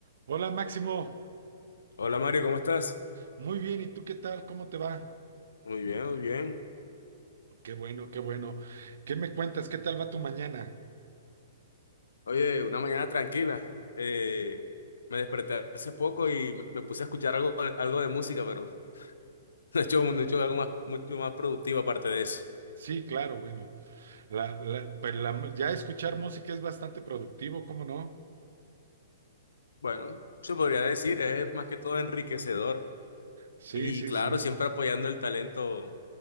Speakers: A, on the right (about 55°); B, on the left (about 65°).
A: Hola Máximo,
B: Hola Mario, ¿cómo estás?
A: muy bien, ¿y tú qué tal? ¿Cómo te va?
B: Muy bien, muy bien.
A: Qué bueno, qué bueno. ¿Qué me cuentas? ¿Qué tal va tu mañana?
B: Oye, una mañana tranquila. Eh, me desperté hace poco y me me puse a escuchar algo, de- algo de música, pero <laughs> no he hecho, no he hecho algo más, mucho más productivo aparte de eso.
A: Sí, claro, bueno. La, la- pero la- ya escuchar música es bastante productivo, ¿cómo no?
B: Bueno, se podría decir, es más que todo enriquecedor.
A: Sí,
B: Y
A: sí,
B: claro,
A: sí.
B: siempre apoyando el talento,